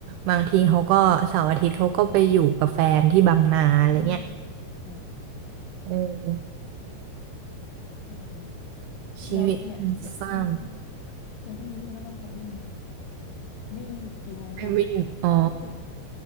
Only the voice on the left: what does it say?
อืมอ๋อ
อ๋อเออเออ
แล้วเนี่ยเดี๋ยวพรุ่งนี้ เดี๋ยวพรุ่งนี้ก็ต้องไปวิ่งแล้ววิ่งกี่โมงปะ
ต้องถึง